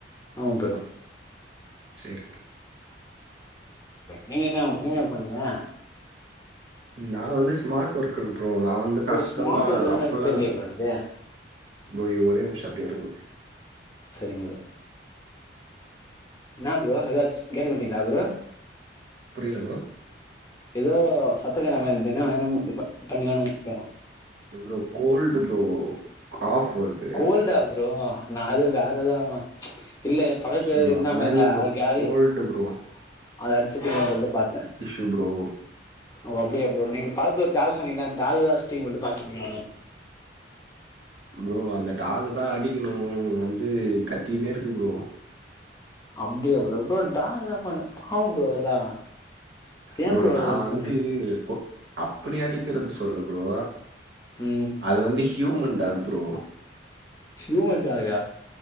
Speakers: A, on the left; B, on the right.
A: ஆமா ப்ரோ
B: சேரி
A: நீங்க என்ன நீங்க என்ன பண்ணீங்க
B: நா வந்து ஸ்மார்ட் ஒர்க்கர் ப்ரோ நா வந்து கஷ்டமா
A: ஓ ஸ்மார்ட்
B: <unintelligible>
A: ஒர்க்குன்னு
B: அப்டில்லா
A: தெரியலையே ப்ரோ எனக்கு
B: ப்ரோ இ ஒரே நிமிஷோ அப்டியே இரு ப்ரோ
A: செரிங் ப்ரோ என்னா ப்ரோ எதாச் கேள்விபட்டிங்களா ப்ரோ
B: புரியில ப்ரோ
A: ஏதோ சத்தம் கேட்ட மாரி இருந்துச்சு என்ன van <unintelligible>
B: bro cold bro cough வருது
A: கோல்டா ப்ரோ நா எதோ வேறேதோ ச் இல்ல பக்கத்துல எதோ
B: ப்ரோ
A: இருந்த
B: அப்பெல்லாம்
A: மாரி
B: இல்லை ப்ரோ கோல்டு
A: <unintelligible>
B: ப்ரோ
A: அத அடிச்சுட்டு நா வந்து பாத்தே
B: இஷு புரோ
A: ஓ அப்டியா ப்ரோ நீங்க பாத்து ஒரு டாக் சொன்னீங்களா அந்த டாக்கதா அடிச்சுடீங்க போலேன்டு பாத்துட் ருந்தே நானு
B: ப்ரோ அந்த டாக்கு தா அடிக்கணு வந்து கத்தினே இருக்கு ப்ரோ
A: அப்டியா ப்ரோ ப்ரோ டாக் என்ன பண்ணு பாவம் ப்ரோ அதெல்லா ஏ
B: ப்ரோ நா
A: அது இது
B: வந்து
A: பண்றீங்க
B: கோ அப்டி அடிக்கறது சொல்ல ப்ரோ
A: ம்
B: அது வந்து ஹியூமன் டாக் ப்ரோ
A: ஹியூமன் டாக்கா